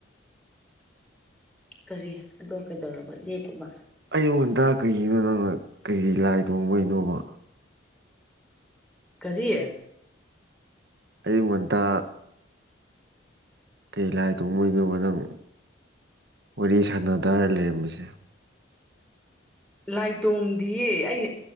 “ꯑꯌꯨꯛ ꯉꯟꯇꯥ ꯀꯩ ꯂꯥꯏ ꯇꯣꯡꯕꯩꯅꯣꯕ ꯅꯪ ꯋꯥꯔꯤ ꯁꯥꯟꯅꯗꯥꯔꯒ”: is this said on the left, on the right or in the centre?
Right